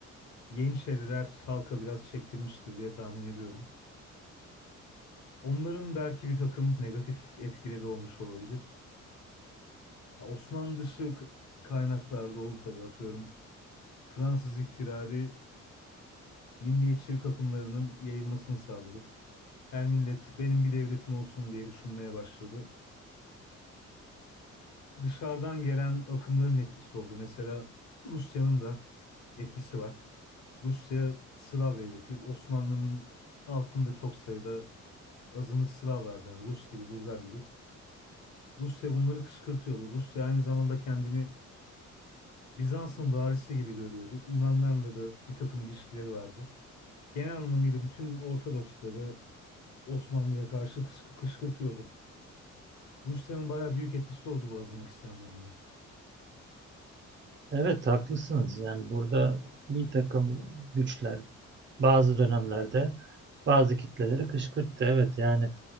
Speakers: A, on the left; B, on the right.
A: Yeniçeriler halka biraz çektirmiştir diye tahmin ediyorum. Onların belki bir takım negatif etkileri olmuş olabilir. Ha, Osmanlı dışı k- kaynaklarda oldu tabii atıyorum. Fransız ihtilali milliyetçilik akımlarının yayılmasını sağladı. Her millet benim bir devletim olsun diye düşünmeye başladı. Dışarıdan gelen akımların etkisi oldu. Mesela Rusya'nın da etkisi var. Rusya Slav devleti. Osmanlı'nın altında çok sayıda azınlık Slav vardı. Yani Rus gibi, Bulgar gibi. Rusya bunları kışkırtıyordu. Rusya aynı zamanda kendini Bizans'ın varisi gibi görüyordu. Yunanlarla da bir takım ilişkileri vardı genel anlamıyla bütün Ortodoksları Osmanlı'ya karşı kış- kışkırtıyordu. Rusya'nın bayağı büyük etkisi oldu bu azınlık isyanlarında.
B: Evet haklısınız. Yani burada bir takım güçler bazı dönemlerde bazı kitleleri kışkırttı. Evet yani